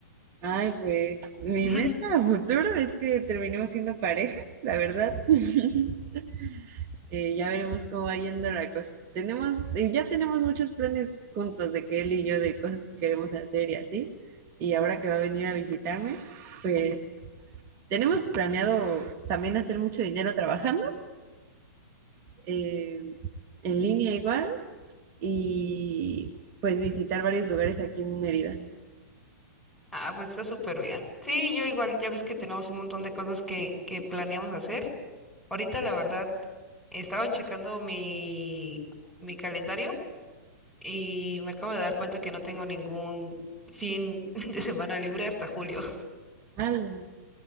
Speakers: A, on the right; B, in the centre.
A: Ay, pues mi
B: <laughs>
A: meta a futuro es que terminemos siendo pareja, la verdad. <laughs> Eh, ya veremos cómo va yendo la cosa. Tenemos, eh, ya tenemos muchos planes juntos de que él y yo de cosas que queremos hacer y así. Y ahora que va a venir a visitarme, pues tenemos planeado también hacer mucho dinero trabajando, eh, en línea igual, y pues visitar varios lugares aquí en Mérida.
B: Ah, pues está súper bien. Sí, yo igual, ya ves que tenemos un montón de cosas que, que planeamos hacer. Ahorita, la verdad, estaba checando mi, mi calendario y me acabo de dar cuenta que no tengo ningún fin <laughs> de semana libre hasta julio.
A: Al,